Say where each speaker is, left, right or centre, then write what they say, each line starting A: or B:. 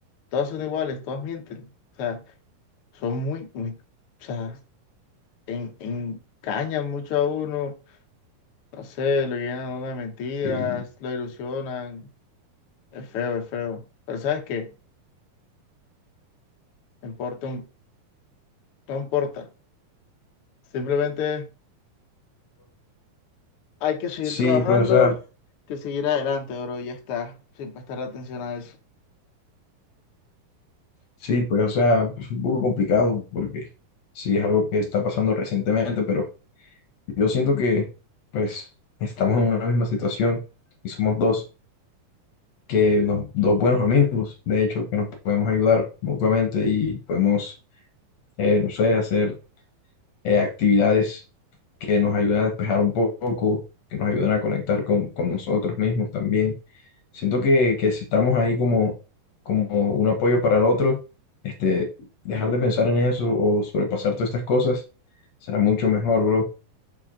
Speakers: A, on the left (about 80°); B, on the left (about 60°).
A: todas son iguales, todas mienten. O sea, son muy, muy, o sea, en- engañan mucho a uno. No sé, lo llenan a uno de mentiras,
B: Y,
A: lo ilusionan. Es feo, es feo. Pero ¿sabes qué? no importa, un- no importa. Simplemente hay que seguir
B: Sí,
A: trabajando,
B: pues, o sea,
A: que seguir adelante, bro, y ya está, sin prestar atención a eso.
B: sí, pues, o sea, es un poco complicado porque sí es algo que está pasando recientemente, pero yo siento que, pues, estamos en una misma situación y somos dos, que nos- dos buenos amigos, de hecho, que nos podemos ayudar mutuamente y podemos, eh, no sé, hacer eh, actividades que nos ayudan a despejar un poco, que nos ayudan a conectar con, con nosotros mismos también. Siento que, que si estamos ahí como, como un apoyo para el otro, este, dejar de pensar en eso o sobrepasar todas estas cosas será mucho mejor, bro.